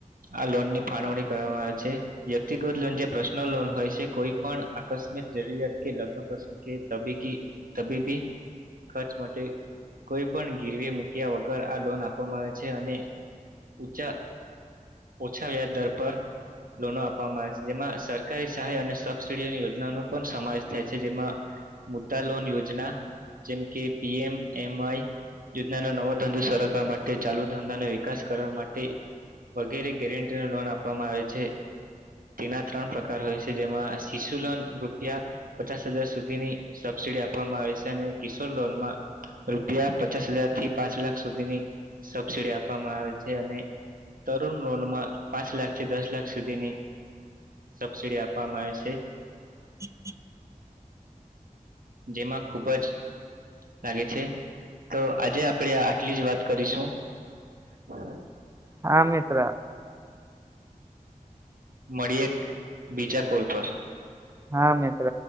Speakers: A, on the right; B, on the right.
A: આ લોનની ફાળવણી કરવામાં આવે છે. વ્યક્તિગત લોન જે પર્સનલ લોન હોય છે, કોઈ પણ આકસ્મિક જરૂરિયાત કે, લગ્ન પ્રસંગ કે તબીકી તબીબી ખર્ચ માટે કોઈ પણ ગીરવે મૂક્યા, વગર આ લોન આપવામાં આવે છે, અને ઊંચા ઓછા વ્યાજ દર પર લોનો આપવામાં આવે છે, જેમાં સરકારી સહાય અને સબસિડીની યોજનાનો પણ સમાવેશ થાય છે, જેમાં મુદ્દા લોન યોજના, જેમ કે પીએમ એમઆઈ યોજનાનો નવો ધંધો સરખવા માટે ચાલુ ધંધાનો વિકાસ કરવા માટે. વગેરે ગેરંટી લોન આપવામાં આવે છે. તેના ત્રણ પ્રકાર હોય છે, જેમાં શિશુ લોન રૂપિયા પચાસ હજાર સુધીની. સબસિડી આપવામાં આવે છે, અને કિશોર લોન માં રૂપિયા પચાસ હજાર થી પાંચ લાખ સુધીની સબસીડી આપવામાં આવે છે, અને તરુણ લોનમાં પાંચ લાખથી, દસ લાખ સુધીની સબસિડી આપવામાં આવે છે.
B: ટિક-ટિક
A: જેમાં ખૂબ જ લાગે છે, તો આજે આપણેે આટલી જ વાત કરીશું. <unintelligible>
B: હા, મિત્ર.
A: મળીએ, બીજા કોલ પર.
B: હા મિત્ર.